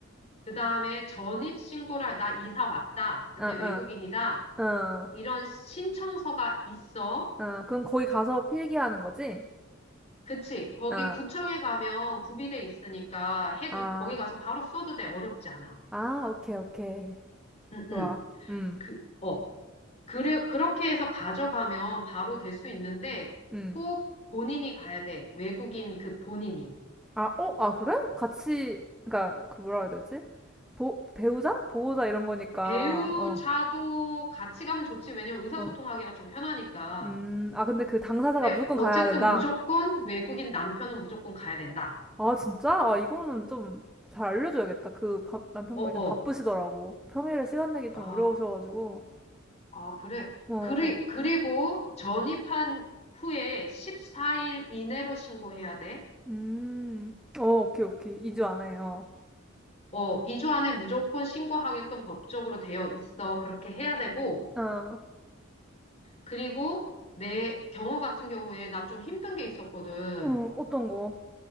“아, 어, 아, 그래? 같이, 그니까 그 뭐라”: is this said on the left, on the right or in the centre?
Centre